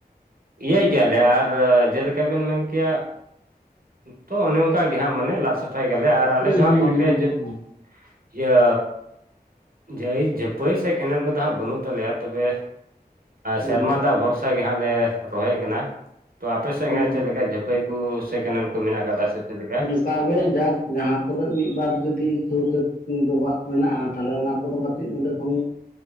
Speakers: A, on the right (about 60°); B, on the left (about 55°).
A: ᱤᱭᱟᱹᱭ ᱜᱮᱭᱟᱞᱮ ᱟᱨ ᱡᱮᱞᱮᱠᱟ ᱵᱮᱱ ᱢᱮᱱ ᱠᱮᱭᱟ ᱛᱚ ᱚᱱᱮ ᱚᱱᱠᱟ ᱜᱮ ᱦᱟᱸᱜ ᱢᱟᱱᱮ ᱞᱟᱫ ᱥᱟᱯᱷᱟᱭ ᱜᱮᱭᱟᱞᱮ ᱟᱨ ᱟᱞᱮ
B: ᱦᱩᱸ
A: ᱫᱚᱦᱟᱸᱜ
B: ᱦᱩᱸ
A: ᱜᱚᱝᱠᱮ
B: ᱦᱩᱸ
A: ᱡᱮ
B: ᱦᱩᱸ
A: ᱤᱭᱟᱹ ᱡᱷᱟ. ᱭ ᱡᱷᱟᱯᱟᱹᱭ ᱥᱮ ᱠᱮᱱᱮᱞ ᱠᱚᱫᱚ ᱦᱟᱸᱜ ᱵᱟᱹᱱᱩᱜ ᱛᱟᱞᱮᱭᱟ ᱛᱚᱵᱮ
B: ᱦᱩᱸ
A: ᱥᱮᱨᱢᱟ ᱫᱟᱜᱽ ᱵᱷᱚᱨᱥᱟ ᱜᱮ ᱦᱟᱸᱜ ᱞᱮ ᱨᱚᱦᱚᱭᱮᱜ ᱠᱟᱱᱟ, ᱛᱚ ᱟᱯᱮ ᱥᱮᱫ
B: ᱦᱩᱸ
A: ᱜᱮ ᱦᱟᱜ ᱪᱮᱫ ᱞᱮᱠᱟ ᱡᱷᱟᱯ ᱯᱟᱹᱭ ᱠᱚ ᱥᱮ ᱠᱮᱱᱮᱞ ᱠᱚ ᱢᱮᱱᱟᱜ ᱟᱠᱟᱫᱟ ᱥᱮ ᱪᱮᱫ ᱞᱮᱠᱟ᱾
B: ᱠᱟᱜᱮ ᱡᱟᱠ ᱡᱟᱦᱟᱸ ᱠᱚᱨᱮᱜ ᱢᱤᱫ ᱵᱟᱨ ᱡᱩᱫᱤ ᱥᱩᱨ ᱨᱮ ᱰᱚᱵᱟᱜ ᱢᱮᱱᱟᱜᱼᱟ ᱛᱟᱦᱞᱮ ᱚᱱᱟ ᱠᱚᱫᱚ ᱠᱟ ᱠᱟᱹᱴᱤᱡ ᱚᱸᱰᱮ ᱠᱷᱚᱱ